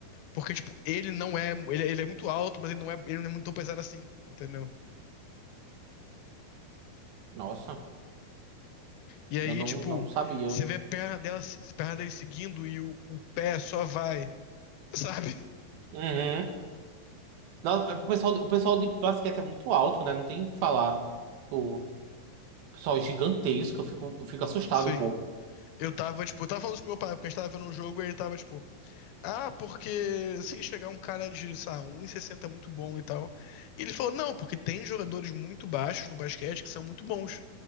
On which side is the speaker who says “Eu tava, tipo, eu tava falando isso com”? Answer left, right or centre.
Left